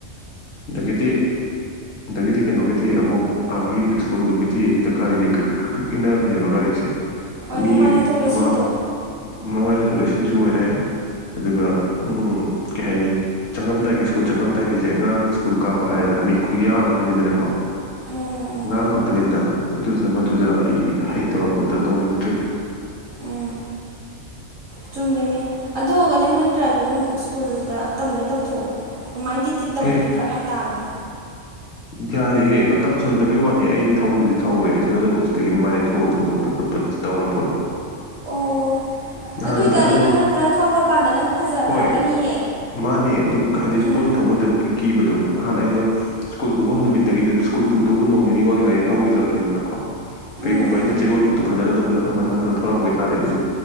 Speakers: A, on the left (about 75°); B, on the right (about 70°).
A: ꯑꯗꯒꯤꯗꯤ ꯑꯗꯒꯤꯗꯤ ꯀꯩꯅꯣꯒꯤ ꯗꯤ ꯑꯃꯨꯛ ꯑꯥꯒꯤ ꯁ꯭ꯀꯨꯜꯗꯨꯒꯤꯗꯤ ꯍꯦꯛꯇ ꯒꯥꯔꯤꯁꯦ ꯀ꯭ꯔꯤꯛ ꯀ꯭ꯔꯤꯛ ꯏꯟꯅꯕꯤꯅꯦꯕ ꯒꯥꯔꯤꯁꯦ
B: ꯍꯣꯏ
A: ꯃꯤ
B: ꯃꯃꯥꯏ ꯂꯩꯊꯣꯛ ꯂꯩꯁꯤꯟꯗꯣ
A: ꯃꯃ ꯃꯃꯥꯏ ꯂꯩꯊꯣꯛ ꯂꯩꯁꯤꯅꯁꯨ ꯑꯣꯏꯔꯦ ꯑꯗꯨꯒ ꯎꯝ ꯀꯩ ꯍꯥꯏꯅꯤ ꯆꯪꯉꯝꯗꯥꯏꯒꯤ ꯁ꯭ꯀꯨꯜ ꯆꯪꯉꯝꯗꯥꯏꯒꯤꯁꯦ ꯑꯉꯥꯡ ꯁ꯭ꯀꯨꯜ ꯀꯥꯕ ꯍꯥꯏꯔꯦꯗꯅ ꯃꯤ ꯈꯨꯌꯥꯝ ꯑꯃꯅꯤꯗꯅꯀꯣ
B: ꯎꯝ
A: ꯑꯉꯥꯡ ꯉꯛꯇꯅꯤꯗꯅ ꯑꯗꯨꯗꯨꯅ ꯃꯗꯨꯗ ꯑꯩ ꯍꯩꯇꯕ ꯈꯣꯠꯇ ꯇꯧꯅꯤꯡꯗ꯭ꯔꯦ <inaudible>
B: ꯎꯝ ꯎꯝ ꯆꯨꯝꯃꯤꯅꯦ ꯑꯗꯨ ꯑꯣꯔꯒꯅ ꯅꯪ ꯗ꯭ꯔꯥꯏꯚꯤꯡ ꯁ꯭ꯀꯨꯜꯗ ꯇꯝꯒꯦ ꯇꯝꯊꯣꯛꯑꯣ ꯑꯗꯨꯃꯥꯏꯅ ꯇꯤꯠ ꯇꯤꯠ ꯇꯝꯕꯗꯣ
A: ꯍꯦ
B: ꯐꯔꯛ ꯌꯥꯝ ꯇꯥꯕꯅꯤ
A: ꯌꯥꯔꯦꯍꯦ ꯃꯇꯝ ꯁꯪꯗꯕꯩ ꯋꯥꯅꯤ ꯑꯩ ꯊꯧꯕꯗꯤ ꯊꯧꯋꯦ ꯏꯊꯟꯗ ꯑꯗꯨꯝ ꯁꯤꯗꯒꯤ ꯃꯥꯏ ꯂꯩꯊꯣꯛꯑꯒ ꯊꯧꯗꯣꯛꯄ ꯈꯣꯠꯄ ꯇꯧꯔ ꯄꯣꯠꯅꯤ
B: ꯑꯣ
A: ꯅꯍꯥꯟ
B: ꯑꯗꯨ ꯑꯣꯏꯇꯥꯔꯗꯤ
A: ꯏꯊꯟꯗ ꯃꯃꯥ
B: ꯅꯪꯅ ꯈꯔ ꯊꯧꯔꯀꯥꯟꯗ ꯅꯪ ꯐꯖ
A: ꯍꯣꯏ
B: ꯐꯔꯛꯀꯅꯤꯌꯦ
A: ꯃꯥꯅꯦ ꯑꯗꯨ ꯍꯥꯏꯗꯤ
B: ꯎꯝ
A: ꯇꯣꯏꯅ ꯊꯧꯃꯟꯗꯕꯒꯤ ꯀꯤꯕꯗꯣ ꯅꯍꯥꯟ ꯑꯩꯗꯣ ꯁ꯭ꯀꯨꯜ ꯄꯨꯕ ꯍꯧ ꯅꯨꯃꯤꯠ ꯑꯗꯒꯤꯗꯤ ꯁ꯭ꯀꯨꯜ ꯄꯨꯗꯧꯕ ꯅꯣꯡ ꯅꯤꯅꯤ ꯋꯥꯠꯂꯤꯉꯥꯏꯗ ꯊꯧꯒꯤꯗ꯭ꯔꯕꯅꯤꯗꯅꯀꯣ ꯀꯩꯒꯨꯝꯕ
B: ꯎꯝ
A: ꯑꯩꯅ ꯆꯌꯣꯜꯃꯨꯛꯇ ꯐꯖꯅ ꯑꯗꯨꯝ ꯃꯊꯪ ꯃꯊꯪ ꯃꯊꯪ ꯊꯧꯔꯝꯕ ꯑꯣꯏꯇꯥꯥꯔꯗꯤ ꯑꯩꯁꯨ